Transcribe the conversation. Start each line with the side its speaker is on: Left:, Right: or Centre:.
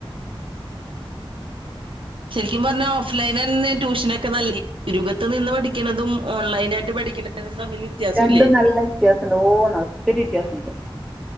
Centre: ഉം
Right: ശരിക്കും പറഞ്ഞാ ഓഫ്‌ലൈൻ തന്നേ ട്യൂഷനൊക്കെ നല്ലേ രുകത്ത് നിന്ന് പഠിക്കുന്നതും ഓൺലൈൻ ആയിട്ട് പഠിക്കണതും തമ്മിൽ വ്യത്യാസംല്ലേ
Centre: രണ്ടും നല്ല വ്യത്യാസംണ്ട് ഓന്ന ഒത്തിരി വ്യത്യാസംണ്ട്